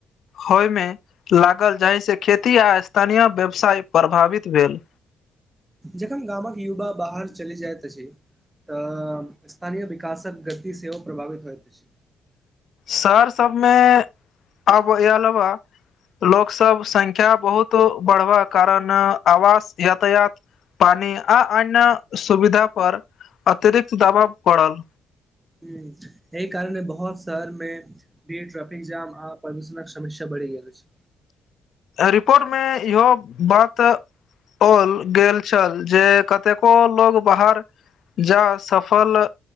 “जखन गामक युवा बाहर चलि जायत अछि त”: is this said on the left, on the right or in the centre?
Right